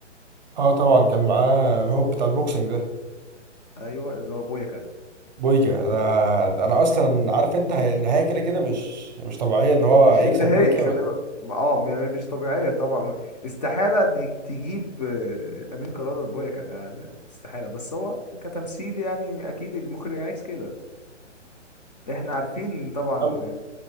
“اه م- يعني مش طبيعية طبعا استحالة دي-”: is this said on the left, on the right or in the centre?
Left